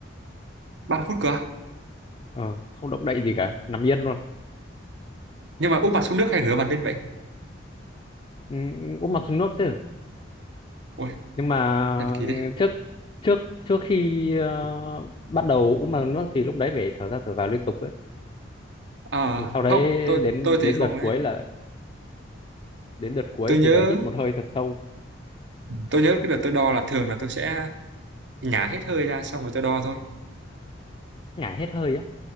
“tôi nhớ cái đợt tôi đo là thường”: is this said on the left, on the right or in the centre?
Right